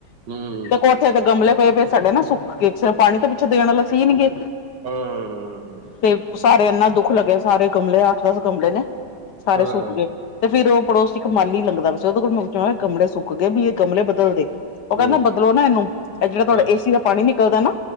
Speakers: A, on the right; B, on the left.
A: ਹੂੰ
B: ਤੇ ਕੋਠੇ ਤੇ ਗਮਲੇ ਪਏ ਪਏ ਸੀ। ਸਾਡੇ ਨਾ ਸੁੱਕ ਗਏ ਸੀ, ਪਾਣੀ ਤਾਂ ਪਿੱਛੋਂ ਦੇਣ ਵਾਲਾ ਸੀ ਨੀ ਗੇ,
A: ਹਾਂ
B: ਤੇ ਸਾਰੇ ਇੰਨਾ ਦੁੱਖ ਲੱਗਿਆ। ਸਾਰੇ ਗਮਲੇ ਅੱਠ-ਦਸ ਗਮਲੇ ਨੇ ਸਾਰੇ
A: ਹਾਂ
B: ਸੁੱਕ ਗਏ। ਤੇ ਫਿਰ ਉਹ ਪੜੋਸ ਚ ਇੱਕ ਮਾਲੀ ਲੰਗਦਾ ਪਯਾ ਸੀ ਉਹਦੇ ਕੋਲ ਮੈਂ ਪੁੱਛਿਆ ਗਮਲੇ ਸੁੱਕ ਗਏ, ਵੀ ਇਹ ਗਮਲੇ ਬਦਲ ਦੇ। ਉਹ ਕਹਿੰਦਾ
A: ਹੂੰ
B: ਬਦਲੋ ਨਾ ਇਹਨੂੰ। ਇਹ ਜਿਹੜਾ ਤੁਹਾਡਾ
A: ਹਾਂ
B: ਏਸੀ ਦਾ ਪਾਣੀ ਨਿਕਲਦਾ ਨਾ,